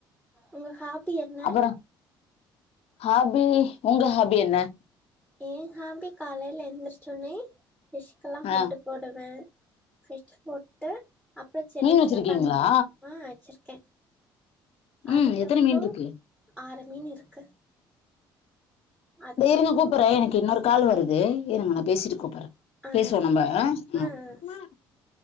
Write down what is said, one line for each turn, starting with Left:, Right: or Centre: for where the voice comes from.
Centre: உங்க ஹாபி என்ன
Left: அப்புறம் ஹாபி ஒங்க ஹாபி என்ன
Centre: எ ஹாபி காலைல எந்திரச்ச ஒட்னே <unintelligible>
Left: ஆ,
Centre: போடுவே ஃபிட்ச் போட்டு அப்புற செடிக்கெல்லா
Left: மீன் வச்சிருக்கீங்களா
Centre: தன் ஆ வச்சிருக்கே அதுக்கப்புற
Left: ம் எத்தனை மீன் இருக்கு
Centre: அர மீன் இருக்கு அதுக்கப்றோ
Left: இந்த இருங்க கூப்பிடறே எனக்கு இன்னொரு கால் வருது இருங்க நான் பேசிட்டு கூப்பிட்றே
Centre: ஆ
Left: பேசுவோ
Centre: சேரி
Left: நம்ப அ
Centre: ஆ
Left: ம்
Centre: ஆ